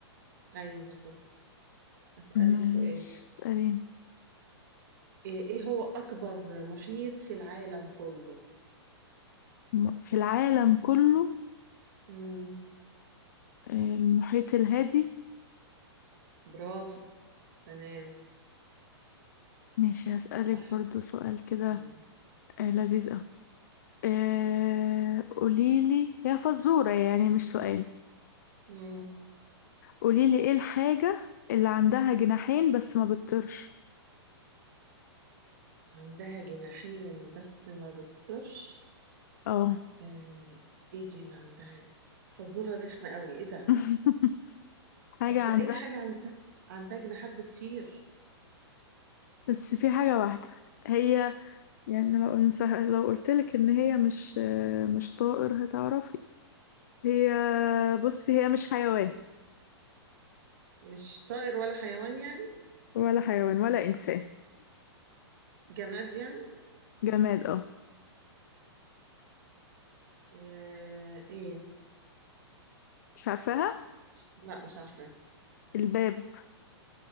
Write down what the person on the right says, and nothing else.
أيوه بالظبط أسألك
سؤال
إيه إيه هو أكبر محيط في العالم كله؟
مم.
برافو تمام
صح
تمام.
مم.
عندها جناحين بس ما بتطرش
آه. إيه دي اللي عندها؟ فزورة رخمة قوي إيه ده؟
أصل أي
حاجة عندها عندها جناحات بتطير
مش طائر ولا حيوان يعني
جماد يعني
آه ايه
لا مش عارفة